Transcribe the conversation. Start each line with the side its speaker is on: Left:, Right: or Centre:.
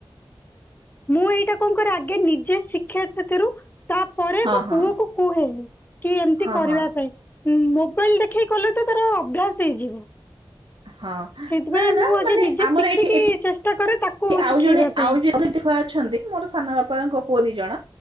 Left: ମୁଁ ଏଇଟା କଣ କରେ ଆଗେ ନିଜେ ଶିଖେ ସେଥିରୁ ତାପରେ
Right: ହଁ
Left: ମୋ
Right: ହଁ
Left: ପୁଅକୁ କୁହେ କି ଏମିତି
Right: ହଁ
Left: କରିବା
Right: ହଁ
Left: ପାଇଁ ମୋବାଇଲ ଦେଖେଇ କଲେ ତ ତାର ଅଭ୍ୟାସ ହେଇଯିବ।
Right: ହଁ
Left: ସେଇଥିପାଇଁ
Right: ନା ନା
Left: ମୁଁ ଆଗେ
Right: ମାନେ
Left: ନିଜେ
Right: ଆମର
Left: ଶିଖିକି
Right: ଏଠି ଏଠି
Left: ଚେଷ୍ଟା କରେ ତା କୁ
Right: ଆଉ
Left: ଶିଖେଇବା
Right: ଜଣେ
Left: ପାଇଁ।
Right: ଆଉ ଜଣେ ଛୁଆ ଅଛନ୍ତି ମୋର ସାନ ବାପାଙ୍କ ପୁଅ ଦି ଜଣ